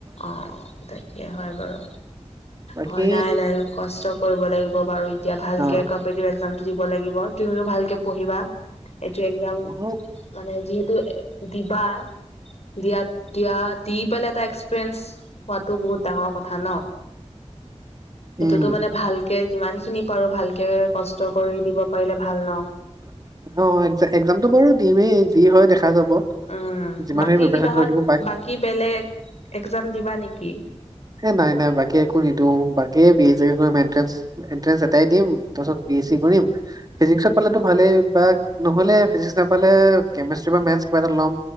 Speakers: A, on the left; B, on the right.
A: অ' তাকে হয় বাৰু।
B: বাকী
A: হয়, নাই নাই কষ্ট কৰিব লাগিব বাৰু এতিয়া ভালকে
B: অ
A: কম্পিতিভ একজাম- দিব লাগিব তুমিও ভালকে পঢ়িবা, এইটো একজাম-
B: অ'
A: মানে যিহেতু দিবা দিয়াত দিয়া দি পেলাই তাইক ফ্ৰেণ্ডছ হোৱাটো বহুত ডাঙৰ কথা ন,
B: উম
A: সেইটোতো মান ভাল কে যিমান খিনি পাৰো ভালকে কষ্ট কৰি দিব পাৰিলে ভাল ন।
B: অ এক এক্জামতটো বাৰু দিমেই যি হয় দেখা যাব।
A: উম'
B: যিমানখিনি
A: বাকী
B: প্ৰিপেচন
A: কিবা
B: কৰি
A: হত
B: দিওঁ
A: বাকী বেলেগ এক্জাম দিবা নেকি।
B: এ নাই নাই বাকী একো নিদিওঁ, বাকী বি এছ কৰিম এট্ৰেঞ্চ এন্ট্ৰেন্ঞ্চ এটাই দিম তাৰাছত বি এছ চি কৰিম, ফিজিক্সত পালেটো ভালেই বা নহ'লে ফিজিক্স নাপালে কেমেষ্ট্ৰি বা মেটচ কিবা এটা ল'ম।